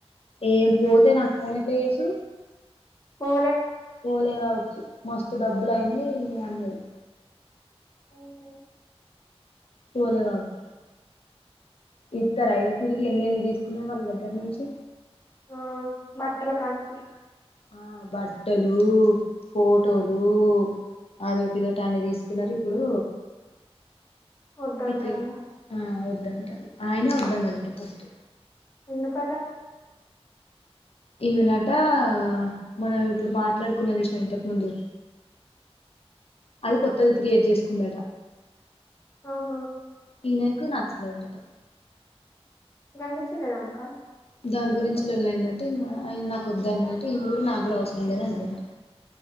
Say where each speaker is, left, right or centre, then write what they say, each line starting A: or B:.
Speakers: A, on the left; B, on the left.
A: ఏం పోతే నాకు పోన్ ఎట్లా చేసు
B: పో
A: పోలే కావచ్చు మస్తు డబ్బులు అయినాయి అన్నది
B: మ్ హు
A: పోలె కావచ్చు ఇస్తరయిగా తిరిగి ఎన్నిెన్ని తీసుకున్నాది వాళ్ళ దగ్గర నుంచి
B: ఆ బట్టల కన్నుంచి
A: ఆ బట్టలూ ఫో టోలు అదొటి ఇదొటి అన్ని తీసుకున్నారు ఇప్పుడు
B: వద్దంటాందా
A: ఇట్లే ఆ అవు వద్దంట ఆయనే వద్దాన్నడట ఫస్ట్
B: ఎందుకటా
A: ఈమేనటా మనం ఇప్పుడు మాట్లాడుకునం చసినవ ఇంతకు ముందు అది కొత్తది క్రియేట్ చేసుకుందట
B: ఆహా
A: ఈనకు నాక్ చ్చలేదట
B: గంత చిన్న దానిక
A: దాని గురించి లొల్లయిందట ఇంగ ఆయిన నాకు వద్దాన్నడట ఈమే కూడా నాకు కూడా అవసరం లేదు అన్నదట